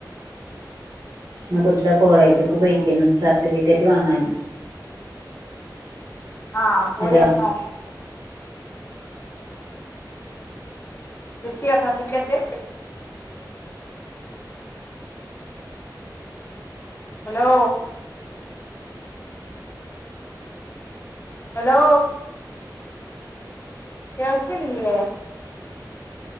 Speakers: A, on the right; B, on the left.
A: ഇ കുട്ടിയുടെ കോളേജക്ക്
B: പിന്നെ
A: പോയിക്ക സർട്ടിഫിക്കറ്റ് വാങ്ങാൻ
B: ആഹ് പോയി
A: ഹലോ
B: തന്നോ എത്തിയോ സർട്ടിക്കറ്റ് ഹലോ ഹലോ കേൾക്ക്ന്നില്ലേ